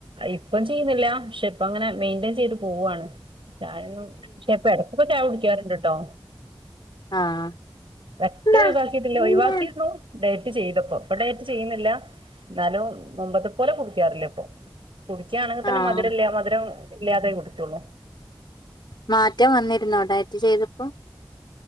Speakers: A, on the right; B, on the left.
A: ഇപ്പം ചെയ്യുന്നില്ല പക്ഷെ ഇപ്പ അങ്ങനെ മെയിന്റ്റയിൻ ചെയ്ത് പോവാണ് ചായൊന്നും ഇപ്പ ഇടകൊക്കെ ചായ കുടിക്കാറുണ്ട്ട്ടോ
B: ആഹ്
A: പറ്റ ഒഴിവാക്കിട്ടില്ല
B: ആഹ്
A: ഒഴിവാക്കിരുന്നു ഡയറ്റ് ചെയ്തപ്പോ ഇപ്പൊ ഡയറ്റ് ചെയ്യുന്നില്ല എന്നാലും മുമ്പത്തെ പോലെ കുടികാറില്ല ഇപ്പൊ കുടിക്യണെങ്കിൽ തന്നെ
B: ആഹ്
A: മധുരല്ല മധുരം ഇല്ലാതെ കുടികൊള്ളൂ
B: മാറ്റം വന്നിരുന്നോ ഡയറ്റ് ചെയ്തപ്പോൾ